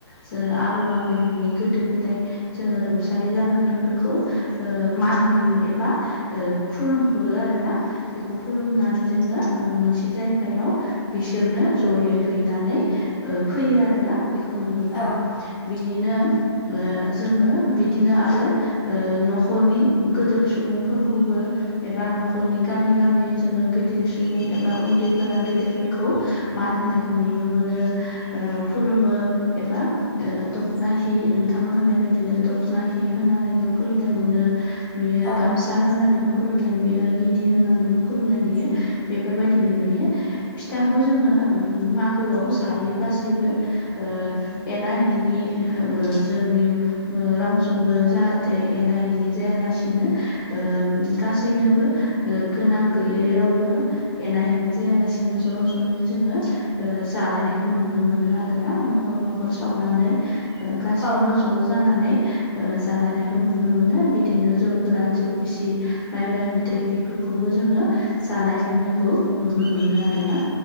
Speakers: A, on the left (about 50°); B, on the left (about 20°).
A: ज आबौ आबैमोननि गोदो गोदाय जोङो रुंसारि जालांनायफोरखौ ओ मान होयो एबा ओ खुलुम हरो आरो ना बेखौ खुलुमनानै जोङो मोनसे जायगायाव बिसोरनो जयै हैनानै फैयो आरोना बेखौ नुनो मोनो
B: औ
A: बिनिनो जोङो बिदिनो आरो न'खरनि गोदोर सुबुंफोरखौबो एबा न'खरनि गामि गामि जोङो गिदिर सुबुं एबा उन्दैफोरा गेदिरफोरखौ मान होनायखौ नुनो मोनो ओ खुलुमो एबा ओ दख'ना हि थाङा होननाय बायदिनो दख'ना हि होनानैबो खुलुमनाय मोनो नुयो
B: औ
A: गामसा फिा होनानैबो खुलुमनाय नुयो गिन्दि होनानैबो खुलुमनाय नुयो बेफोरबायदिनो नुयो फिथाखौ जोङो मागोआव जायो गासैबो ओ एना एनि ओ जोंनि ओ रावजोंबो जाहाथे एना एनि जायालासिनो ओ गासैनोबो ओ गोनां गैयै रावबो एना एनि जायालासिनो ज' ज'नो जोङो ओ जालायनायखौ नुनो मोनो आरो ना न'खर न'खर सावनानै ओ गासैबो
B: औ
A: ज' जानानै ओ जालायनायखौ नुनो मोनो बिदिनो जौ गोरान जौ गिसि माइब्रा बिदै बेफोरखौबो जोङो जानाय लोंनायखौ नुनो मोनो आरोना।